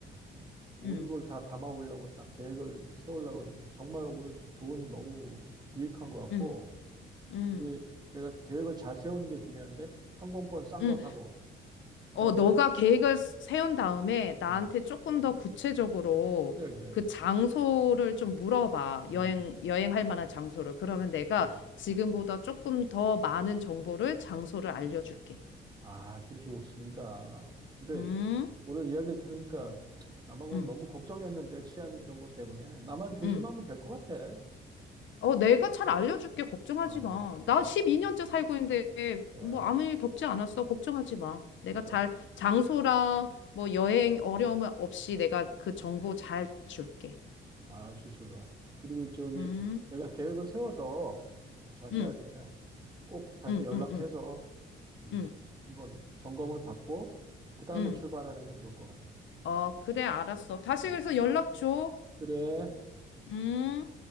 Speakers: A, on the right; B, on the left.
A: 어? 모든
B: 음,
A: 걸 다 담아오려고 딱 계획을 세우려고 하니까 정말 오늘 조언이 너무 유익한 것 같고
B: 음, 음,
A: 이제 내가 계획을 잘 세우는 게 중요한데 항공권 싼
B: 음.
A: 거 사고 그
B: 어,
A: 다음에
B: 너가 계획을 세운 다음에 나한테
A: 어,
B: 조금 더 구체적으로
A: 그래 그래
B: 그 장소를 좀 물어봐.
A: 음,
B: 여행, 여행할 만한 장소를. 그러면 내가
A: 음.
B: 지금보다 조금 더 많은 정보를, 장소를 알려줄게.
A: 아주 좋습니다. 근데
B: 음,
A: 오늘 이야기를 들으니까 남아공
B: 음,
A: 너무 걱정했는데 치안 이런 것 때문에 나만 조심하면
B: 음.
A: 될 것 같아.
B: 어, 내가 잘 알려줄게. 걱정하지
A: 어,
B: 마.
A: 오케이.
B: 나 12년째 살고 있는데
A: 야,
B: 뭐 아무 일 겪지 않았어. 걱정하지 마. 내가
A: 그러니까.
B: 잘 장소랑 뭐 여행 어려움 없이 내가 그 정보 잘 줄게.
A: 아주 좋아. 그리고 저기
B: 음,
A: 내가 계획을 세워서 좀 자세하게
B: 음,
A: 꼭 다시
B: 음,
A: 연락해서
B: 음, 음.
A: 이
B: 음.
A: 한번 점검을 받고 그 다음에
B: 응.
A: 출발하는 게 좋을 것 같네.
B: 어, 그래, 알았어. 다시
A: 어.
B: 그래서 연락 줘.
A: 그래.
B: 음.